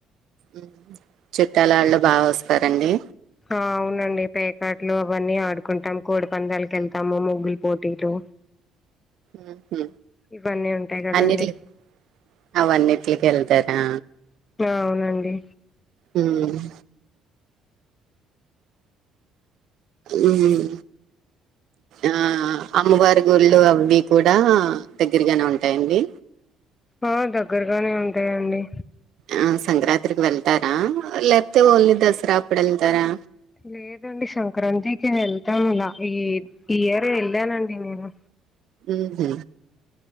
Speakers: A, on the right; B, on the left.
A: మ్ చుట్టాల వాళ్ళు బాగా వస్తారండి
B: ఆ అవునండి పేకాట్లు అవన్నీ ఆడుకుంటాం కోడి పందాలకేళ్తాము ముగ్గులు పోటీలు
A: మ్ హు
B: ఇవన్నీ ఉంటాయి కదండి
A: అన్నింట్లు అవన్నింట్లకేళ్తారా
B: అవునండి
A: మ్ మ్ ఆ అమ్మవారు గుళ్ళు అవ్వి కూడా దగ్గరగానే ఉంటాయండి
B: ఆ దగ్గరగానే ఉంటాయండి
A: ఆ సంక్రాంతికి వెళ్తారా లేకపోతే ఓన్లీ దసరా అప్పుడు ఎళ్తారా
B: లేదండి సంక్రాంతికి వెళ్తాము ఇగ ఈ ఈయర్ వెళ్ళానండి నేను
A: మ్ హు